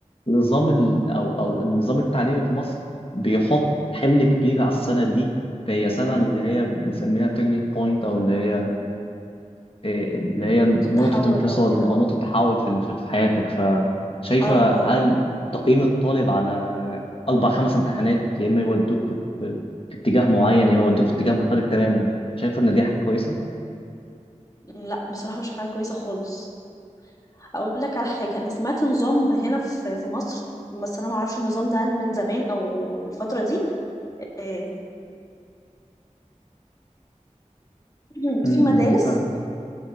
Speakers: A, on the left; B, on the left.
A: نظام ال... او او النظام التعليمي في مصر بيحط حمل كبير على السنه دي فهي
B: امم
A: سنه اللي هي بنسميها تيرنينج بوينت او اللي هي إيه، اللي هي
B: نقطة
A: نقطه
B: تحول
A: انفصال
B: أو كده
A: او
B: أو
A: نقطه تحول في ال- في حياتك فشايفه
B: اه آه.
A: هل تقييم الطالب على اربع خمس امتحانات يا اما يودوك في في اتجاه معين يا اما يودوك في اتجاه مختلف تماما شايفه ان دي حاجه كويسه
B: أمم، لا بصراحة مش حاجة كويسة خالص أقول لك على حاجة أنا سمعت نظام هنا في في مصر بس أنا معرفش النظام ده هل من زمان أو الفترة دي آه، <clears throat>
A: امم
B: في مدارس
A: فاهم